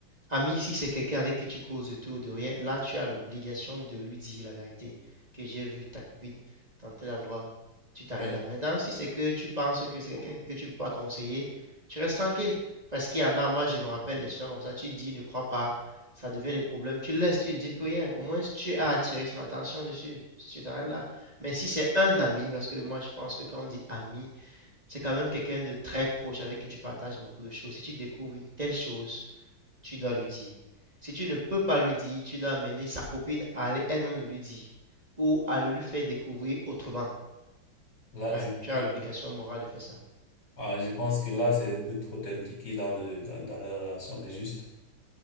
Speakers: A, on the right (about 20°); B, on the left (about 65°).
A: Ami, si c'est quelqu'un avec qui tu causes de tout ou de rien, là, tu as l'obligation de lui dire la vérité, que j'ai vu ta copine dans tel endroit. Tu t'arrêtes
B: Ouais.
A: là. Maintenant, si c'est que tu penses que c'est quelqu'un que tu ne peux pas conseiller, tu restes tranquille. Parce qu'il y en a, moi, je me rappelle des gens comme ça, tu dis, ne crois pas, ça devient des problèmes, tu laisses, tu ne dis plus rien. Au moins, tu as attiré son attention dessus, tu t'arrêtes là. Mais si c'est un ami, parce que moi, je pense que quand on dit ami, c'est quand même quelqu'un de très proche avec qui tu partages beaucoup de choses. Si tu découvres une telle chose, tu dois lui dire. Si tu ne peux pas lui dire, tu dois amener sa copine à aller elle-même lui dire ou à le lui faire découvrir autrement.
B: Là,
A: Ouais,
B: je,
A: tu
B: je,
A: as l'obligation morale de faire ça.
B: ah, je pense que là, c'est un peu trop impliqué dans le, dans, dans la relation, mais juste,